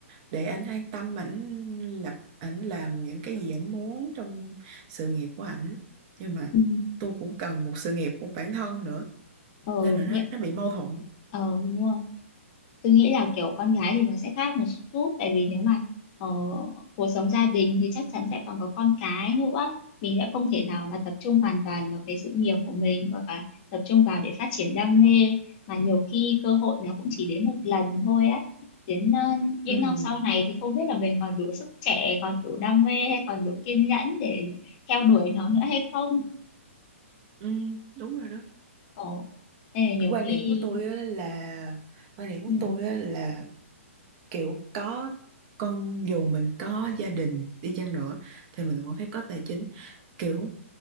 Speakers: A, on the right; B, on the left.
A: để ảnh an tâm ảnh lập ảnh làm những cái gì ảnh muốn trong sự nghiệp của ảnh nhưng mà
B: ừ.
A: tôi cũng cần một sự nghiệp của bản thân nữa
B: ờ
A: nên là nó
B: nhẹ
A: nó bị mâu thuẫn
B: ờ đúng rồi tôi nghĩ là kiểu con gái thì nó sẽ khác một chút tại vì nếu mà ờ, cuộc sống gia đình thì chắc chắn sẽ còn có con cái nữa mình sẽ không thể nào mà tập trung hoàn toàn vào cái sự nghiệp của mình hoặc là tập trung vào để phát triển đam mê mà nhiều khi cơ hội nó cũng chỉ đến một lần thôi á đến ờ, những
A: ừ
B: năm sau này thì không biết là mình còn đủ sức trẻ còn đủ đam mê hay còn đủ kiên nhẫn để theo đuổi nó nữa hay không
A: ừ đúng rồi đó
B: Ồ, nên là nhiều
A: quan
B: khi
A: điểm của tôi á là quan điểm của
B: ừ,
A: tôi á là kiểu có con dù mình có gia đình đi chăng nữa thì mình cũng phải có tài chính kiểu